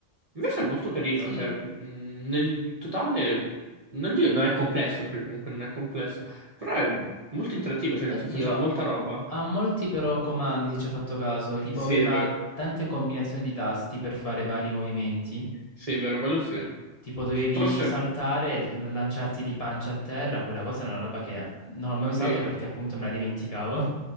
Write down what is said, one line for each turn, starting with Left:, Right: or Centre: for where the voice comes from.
Right: Invece è molto carino,
Left: Sì,
Right: cioè, mh, nel totale, non dico, non è complesso, perché comunque non è complesso, però è molto interattivo, cioè,
Left: oddio,
Right: nel senso c'è molta roba.
Left: ha molti però comandi, se ci hai fatto caso, tipo
Right: Sì,
Left: aveva
Right: è vero,
Left: tante combinazioni di tasti per fare vari movimenti.
Right: sì, è vero, quello sì.
Left: Tipo dovevi
Right: Forse,
Left: saltare e l- lanciarti di pancia a terra, quella cosa è una roba che non ho mai usato
Right: sì.
Left: perché appunto me la dimenticavo.